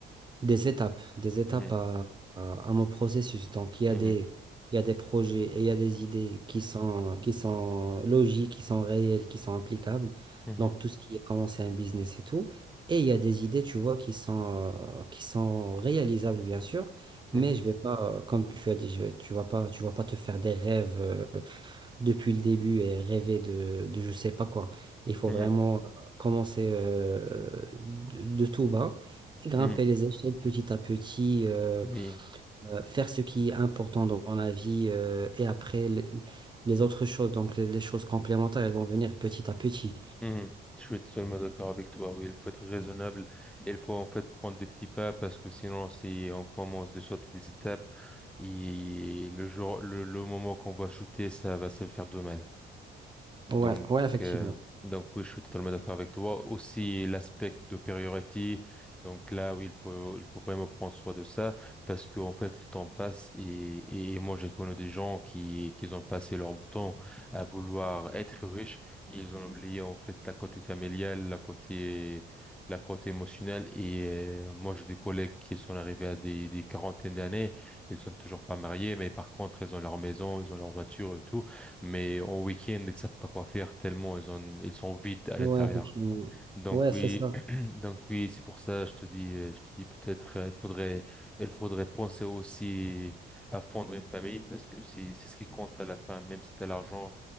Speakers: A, on the right (about 25°); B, in the centre.
A: des étapes, des étapes
B: Mhm.
A: à, à, à mon processus. Donc, il y a
B: Mhm.
A: des, il y a des projets et il y a des idées qui sont, qui sont logiques, qui sont réelles, qui sont applicables.
B: Mhm.
A: Donc, tout ce qui est commencer un business et tout. Et il y a des idées, tu vois, qui sont, euh, qui sont réalisables, bien sûr.
B: Mhm.
A: Mais je vais pas, euh, comme tu as dit, je vais- tu vas pas, tu vas pas te faire des rêves. euh, depuis le début et rêver de, de je sais pas quoi. Il faut
B: Mhm.
A: vraiment euh, commencer euh, de, de tout bas, et grimper
B: Mhm.
A: les échelles petit à petit, euh,
B: Oui.
A: euh, faire ce qui est important dans la vie euh, et après le- les autres choses, donc les, les choses complémentaires, elles vont venir petit à petit.
B: Mhm. Je suis totalement d'accord avec toi. Oui, il faut être raisonnable. Il faut en fait prendre des petits pas parce que sinon, si on commence de sauter des étapes, et le jour, le, le moment qu'on va shooter, ça va se faire de mal. Donc,
A: Ouais, ouais, effectivement.
B: euh, donc oui, je suis totalement d'accord avec toi. Aussi l'aspect de priorité. Donc là, oui, il faut, il faut vraiment prendre soin de ça parce qu'en fait, le temps passe et, et, et moi, j'ai connu des gens qui, qui ont passé leur temps à vouloir être riches. Ils ont oublié en fait la côté familiale, la côté, la côté émotionnelle. Et euh, moi, j'ai des collègues qui sont arrivés à des, des quarantaines d'années. Ils sont toujours pas mariés, mais par contre, ils ont leur maison, ils ont leur voiture et tout mais en week-end, ils savent pas quoi faire tellement ils ont, ils sont vides à l'intérieur.
A: Ouais, effectivement.
B: Donc
A: Ouais,
B: oui,
A: c'est ça.
B: <clears throat> donc oui, c'est pour ça, je te dis, euh, je te dis peut-être, euh, il faudrait, il faudrait penser aussi à fondre une famille parce que c'est, c'est ce qui compte à la fin, même si t'as l'argent,